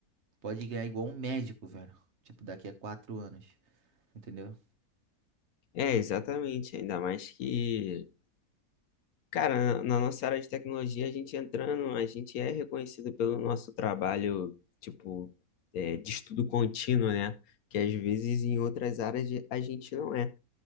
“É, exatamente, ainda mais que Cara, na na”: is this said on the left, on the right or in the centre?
Left